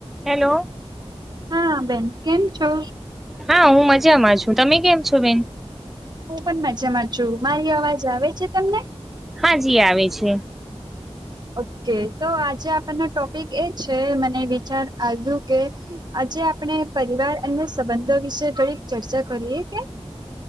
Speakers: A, in the centre; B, on the right.
A: Hello
B: હા બેન કેમ છો
A: હા હું મજામાં છું તમે કેમ છો બેન
B: હું પણ મજામાં છું મારી અવાજ આવે છે તમને
A: હા જી આવે છે
B: ઓકે તો આજે આપણને ટોપિક એ છે મને વિચાર આવ્યું કે આજે આપણે પરિવાર અને સંબંધો વિશે થડીક ચર્ચા કરીએ કે